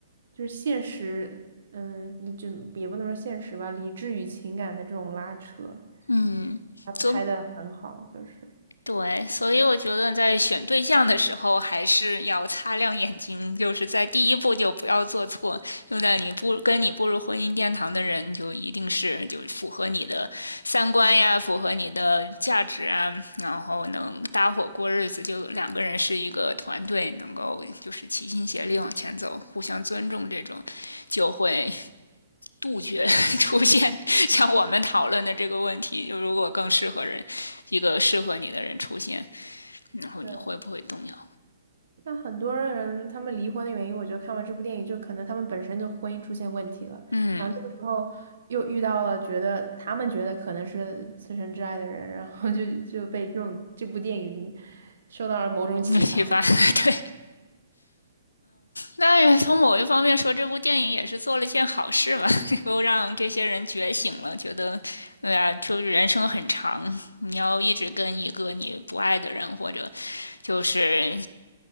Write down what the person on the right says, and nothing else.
就是现实，嗯，理就也不能说现实吧，理智与情感的这种拉扯，
他拍的很好，
就是。
对，那很多人他们离婚的原因，我觉得看完这部电影，就可能他们本身就婚姻出现问题了，
然后这个时候又遇到了觉得他们觉得可能是此生挚爱的人，然后就就被这种这部电影受到了某种启发。